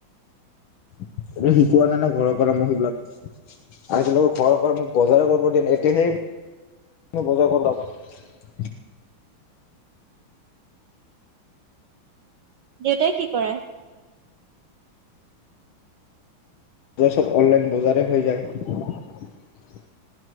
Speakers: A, on the left (about 75°); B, on the right (about 65°).
A: এইবিলাক শিকোৱা নাই নাই ঘৰৰ পৰা মই সেইবিলাক, আজালৈকে ঘৰৰ পৰা মোক বজাৰ কৰিব দিয়া‌ নাই। এতিয়াহে বজাৰ
B: দেউতাই কি কৰে?
A: বজাৰ সব অনলাইন বজাৰেই হৈ যায়।